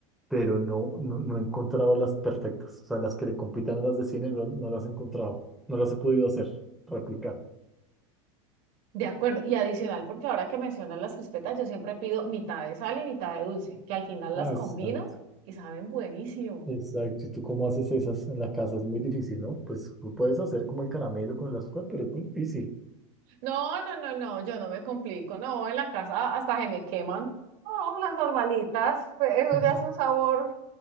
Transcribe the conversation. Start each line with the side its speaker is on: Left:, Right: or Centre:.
Centre: pero no, no, no he encontrado las perfectas. O sea, las que le compitan a las de cine no, no las he encontrado. No las he podido hacer, replicar.
Right: De acuerdo. Y adicional, porque ahora que mencionas las crispetas, yo siempre pido mitad de sal y mitad de dulce, que al final las
Centre: Ah,
Right: combino
Centre: exacto.
Right: y saben buenísimo.
Centre: Exacto. ¿Y tú cómo haces esas en la casa? Es muy difícil, ¿no? Pues tú puedes hacer como el caramelo con el azúcar, pero es muy difícil.
Right: No, no, no, no, yo no me complico. No, en la casa hasta se me queman. No, las normalitas, pues, eso
Centre: Ajá.
Right: ya es un sabor